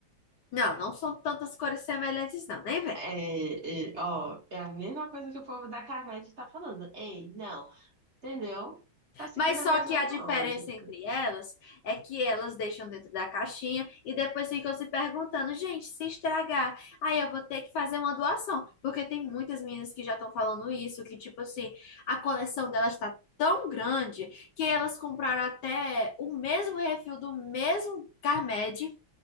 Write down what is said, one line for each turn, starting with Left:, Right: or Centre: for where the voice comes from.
Left: Não, não são tantas cores semelhantes, não, nem vem.
Right: É, é, ó, é a mesma coisa que o povo da Carvete tá falando. Ei, não. Entendeu? Tá seguindo
Left: Mas só
Right: a mesma
Left: que a
Right: lógica.
Left: diferença entre elas é que elas deixam dentro da caixinha e depois ficam se perguntando, gente, se estragar, aí eu vou ter que fazer uma doação. Porque tem muitas meninas que já estão falando isso, que tipo assim, a coleção delas está tão grande que elas compraram até o mesmo refil do mesmo Carmed,